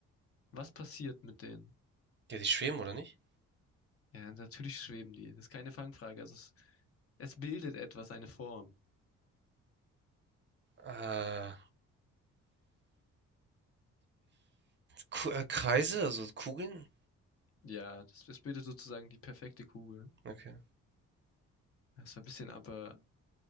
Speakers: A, on the left; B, on the right.
A: Was passiert mit denen?
B: Ja, die schweben, oder nicht?
A: Ja, natürlich schweben die. Das ist keine Fangfrage. Also es, es bildet etwas, eine Form.
B: Äh, Ku- äh, Kreise, also Kugeln?
A: Ja, das, das bildet sozusagen die perfekte Kugel.
B: Okay.
A: Das war ein bisschen, aber ein